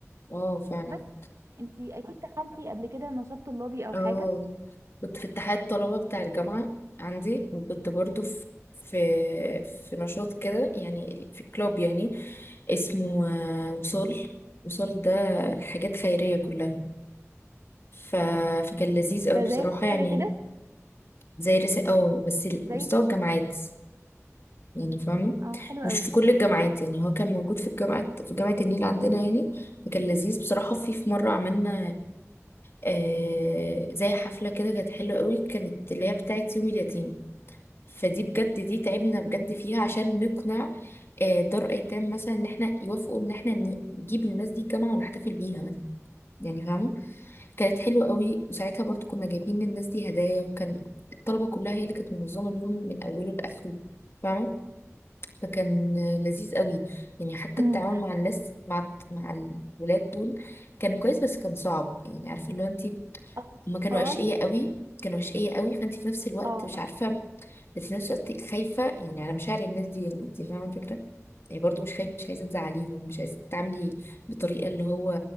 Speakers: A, on the left; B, on the right.
A: اه فعلا
B: بس انت اكيد دخلتي قبل كده نشاط طلابي او
A: اه
B: حاجه
A: كنت في اتحاد طلبة بتاع الجامعة عندي وكنت برضو في في في نشاط كده يعني ال- في كلوب يعني اسمه آه، وصال وصال ده حاجات خيرية كلها ف... فكان لذيذ قوي
B: ده
A: بصراحة
B: زي رساله
A: يعني
B: كده
A: زي رسالة اه بس ال-
B: زي
A: مستوى الجامعات يعني فاهمة
B: اه حلو
A: مش
B: قوي
A: في كل الجامعات يعني هو كان موجود في الجامعات في جامعة النيل عندنا يعني فكان لذيذ بصراحة في في مرة عملنا آه زي حفلة كده كانت حلوة قوي كانت اللي هي بتاعت يوم اليتيم فدي بجد دي تعبنا بجد
B: م-
A: فيها عشان نقنع آه، دار ايتام مثلا ان احنا يوافقوا ان احنا ن- نجيب للناس دي الجامعه ونحتفل بيها مثلا يعني فاهمه كانت حلوه قوي وساعتها برضو كنا جايبين للناس دي هدايا وكان الطلبه كلها هي اللي كانت منظمه اليوم من اوله لاخره فاهمه فكان آه، لذيذ قوي يعني حتى
B: م.
A: التعامل مع الناس مع مع الولاد دول كان كويس بس كان صعب يعني عارفه اللي هو انت
B: اطفال
A: هما كانوا اشقياء قوي كانوا اشقياء قوي فانت في نفس الوقت
B: اه
A: مش عارفه بس في نفس الوقت خايفه يعني على مشاعر الناس دي يعني انت فاهمه الفكره يعني برضو مش خايفه مش عايزه تزعليهم مش عايزه تتعاملي بطريقه اللي هو